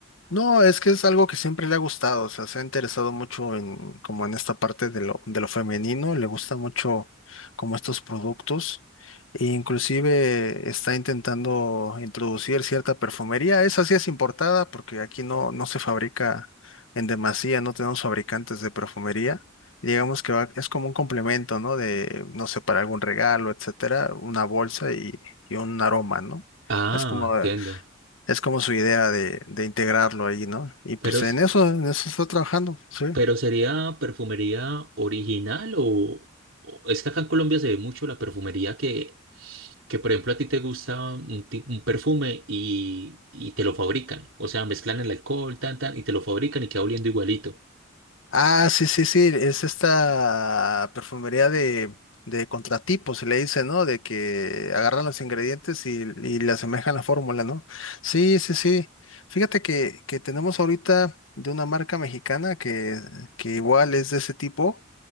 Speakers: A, on the left (about 80°); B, on the right (about 75°).
A: No, es que es algo que siempre le ha gustado, o sea, se ha interesado mucho en, como en esta parte de lo, de lo femenino, le gusta mucho como estos productos, e inclusive está intentando introducir cierta perfumería, esa sí es importada porque aquí no, no se fabrica en demasía, no tenemos fabricantes de perfumería, digamos que va- es como un complemento, ¿no? De, no sé, para algún regalo, etcétera, una bolsa y, y un aroma, ¿no?
B: Ah,
A: Es como,
B: entiendo.
A: es como su idea de, de integrarlo ahí, ¿no? Y pues
B: Pero, s-
A: en eso, en eso está trabajando, sí.
B: pero ¿sería perfumería original o, o- es que acá en Colombia se ve mucho la perfumería que, que por ejemplo, a ti te gusta un, ti- un perfume y, y te lo fabrican? O sea, mezclan el alcohol, tan, tan, y te lo fabrican y queda oliendo igualito.
A: Ah, sí, sí, sí, es esta perfumería de, de contratipo, se le dice, ¿no? De que agarran los ingredientes y, y le asemejan la fórmula, ¿no? Sí, sí, sí. Fíjate que, que tenemos ahorita de una marca mexicana que, que igual es de ese tipo,